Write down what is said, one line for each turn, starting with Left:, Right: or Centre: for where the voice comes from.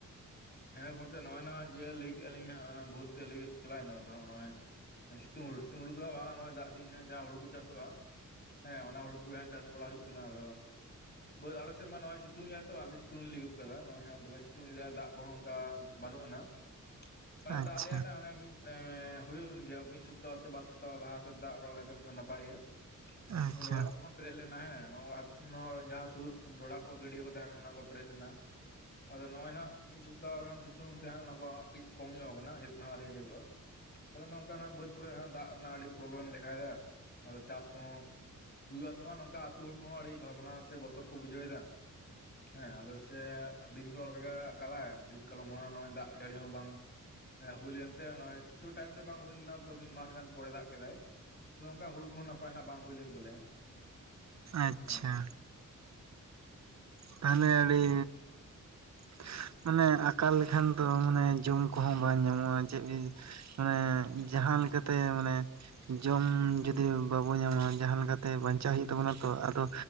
Left: ᱦᱮᱸ ᱜᱚᱝᱠᱮ ᱱᱚᱜᱼᱚᱭ ᱱᱚᱣᱟ ᱡᱮ ᱞᱟᱹᱭ ᱠᱮᱜᱼᱟ ᱞᱤᱧ ᱦᱟᱸᱜ ᱚᱱᱟ ᱵᱷᱩᱞ ᱛᱮ ᱞᱟᱹᱭ ᱪᱟᱞᱟᱣᱱᱟ ᱱᱚᱜᱼᱚᱭ ᱥᱤᱛᱩᱝ ᱦᱩᱲᱩ ᱥᱤᱛᱩᱝ ᱦᱩᱲᱩ ᱫᱚ ᱦᱟᱸᱜ ᱵᱟᱝ ᱱᱚᱜᱼᱚᱭ ᱫᱟᱜ ᱫᱤᱱ ᱦᱟᱸᱜ ᱡᱟᱦᱟ ᱦᱩᱲᱩ ᱠᱚ ᱪᱟᱥᱚᱜᱼᱟ ᱦᱮᱸ ᱚᱱᱟ ᱦᱩᱲᱩ ᱠᱚᱜᱮᱦᱟᱸᱜ ᱪᱟᱥ ᱵᱟᱲᱟ ᱦᱩᱭᱩᱜ ᱠᱟᱱᱟ ᱟᱫᱚ ᱟᱞᱮᱥᱮᱡ ᱢᱟ ᱱᱚᱜ-ᱚᱭ ᱥᱤᱛᱩᱝ ᱮᱫᱟᱭ ᱛᱚ ᱟᱱᱟᱛᱮ ᱥᱤᱛᱩᱝ ᱞᱤᱧ ᱞᱟᱹᱭ ᱜᱚᱫ ᱠᱟᱫᱟ ᱱᱚᱜᱼᱚᱭ ᱦᱟᱸᱜ ᱫᱚᱢᱮ ᱥᱤᱛᱩᱝ ᱫᱟᱜ ᱠᱚᱦᱚᱸ ᱚᱱᱠᱟ ᱵᱟᱹᱱᱩᱜ ᱟᱱᱟ ᱢᱟᱱᱮ
Right: ᱟᱪᱪᱷᱟ
Left: ᱫᱟᱜ ᱞᱮᱭᱟ ᱦᱟᱱᱮ ᱢᱤᱫ ᱦᱩᱭᱩᱜ ᱮᱱ ᱜᱮᱭᱟ ᱢᱤᱫ ᱥᱚᱯᱛᱟᱦᱚ ᱥᱮ ᱵᱟᱨ ᱥᱚᱯᱛᱟᱦᱚ ᱞᱟᱦᱟ ᱥᱮᱫ ᱫᱟᱜ ᱵᱟᱲᱟ ᱞᱮᱫᱟᱭ ᱚᱱᱠᱟ ᱱᱟᱯᱟᱭ ᱜᱮ
Right: ᱟᱪᱪᱷᱟ
Left: ᱱᱚᱰᱮ ᱚᱲᱟᱜ ᱠᱚᱦᱚᱸ ᱯᱮᱨᱮᱡ ᱞᱮᱱᱟ ᱦᱮᱸ ᱱᱚᱣᱟ ᱡᱟᱦᱟᱸ ᱥᱩᱫ ᱰᱚᱰᱷᱟᱜ ᱠᱚ ᱜᱟᱹᱰᱭᱟᱹ ᱠᱚ ᱛᱟᱦᱮᱸ ᱠᱟᱱᱟ ᱚᱱᱟ ᱠᱚ ᱯᱮᱨᱮᱡ ᱞᱮᱱᱟ ᱟᱫᱚ ᱱᱚᱜᱼᱚᱭ ᱱᱦᱟᱜ ᱢᱤᱫ ᱥᱚᱯᱛᱟᱦ ᱜᱟᱱ ᱥᱤᱛᱩᱝ ᱛᱮ ᱦᱟᱸᱜ ᱚᱱᱟ ᱠᱚ ᱠᱟᱹᱡ ᱠᱚᱢ ᱧᱚᱜ ᱟᱠᱟᱱᱟ ᱟᱸᱡᱮᱫ ᱫᱚ ᱦᱟᱸᱜ ᱟᱹᱣᱨᱤ ᱟᱸᱡᱮᱫᱚᱜᱼᱟ ᱟᱫᱚ ᱱᱚᱝᱠᱟ ᱱᱟᱜ ᱵᱟᱹᱫᱽ ᱠᱚᱨᱮ ᱫᱟᱜ ᱨᱮᱱᱟᱜ ᱟᱹᱰᱤ ᱯᱨᱚᱵᱽᱞᱮᱢ ᱫᱮᱠᱷᱟᱭᱮᱫᱟ ᱟᱫᱚ ᱪᱟᱥ ᱠᱚᱦᱚᱸ ᱦᱩᱭᱩᱜᱼᱟ ᱥᱮ ᱵᱟᱝ ᱱᱚᱝᱠᱟ ᱟᱹᱛᱩ ᱦᱚᱲ ᱠᱚᱦᱚᱸ ᱟᱹᱰᱤ ᱵᱷᱟᱵᱽᱱᱟ ᱥᱮ ᱵᱚᱛᱚᱨ ᱠᱚ ᱵᱩᱡᱷᱟᱹᱣ ᱮᱫᱟ ᱦᱮᱸ ᱟᱫᱚ ᱥᱮ ᱫᱤᱱ ᱟᱠᱟᱞᱟᱭ ᱫᱤᱱ ᱠᱟᱞᱚᱢ ᱦᱚᱸ ᱱᱚᱜᱼᱚᱭ ᱫᱟᱜ ᱡᱟᱹᱲᱤ ᱦᱚᱸ ᱵᱟᱝ ᱦᱩᱭ ᱞᱮᱱᱛᱮ ᱱᱚᱜᱼᱚᱭ ᱠᱤᱪᱷᱩ ᱴᱟᱭᱤᱢ ᱨᱮ ᱵᱟᱝ ᱦᱩᱭ ᱞᱮᱱᱟ ᱛᱚ ᱢᱤᱫ ᱢᱟᱥ ᱜᱟᱱ ᱯᱚᱨᱮ ᱫᱟᱜ ᱠᱮᱫᱟᱭ ᱛᱚ ᱚᱱᱠᱟ ᱦᱩᱲᱩ ᱠᱚᱦᱚᱸ ᱱᱟᱯᱟᱭ ᱱᱟᱜ ᱵᱟᱝ ᱦᱩᱭ ᱞᱮᱱ ᱛᱟᱞᱮᱭᱟ
Right: ᱟᱪᱪᱷᱟ
Left: ᱦᱮᱸ
Right: ᱛᱟᱦᱚᱞᱮ ᱟᱹᱰᱤ <inaudible> ᱢᱟᱱᱮ ᱟᱠᱟᱞ ᱞᱮᱠᱷᱟᱱ ᱫᱚ ᱢᱟᱱᱮ ᱡᱚᱢ ᱠᱚᱦᱚᱸ ᱵᱟᱝ ᱧᱟᱢᱚᱜᱼᱟ ᱪᱮᱫ ᱢᱟᱱᱮ ᱡᱟᱦᱟᱸ ᱞᱮᱠᱟᱛᱮ ᱢᱟᱱᱮ ᱡᱚᱢ ᱡᱩᱫᱤ ᱵᱟᱵᱚᱱ ᱧᱟᱢᱟ ᱡᱟᱦᱟᱸ ᱞᱮᱠᱟᱛᱮ ᱵᱟᱧᱪᱟᱣ ᱦᱩᱭᱩᱜ ᱛᱟᱵᱚᱱᱟ ᱛᱚ ᱟᱫᱚ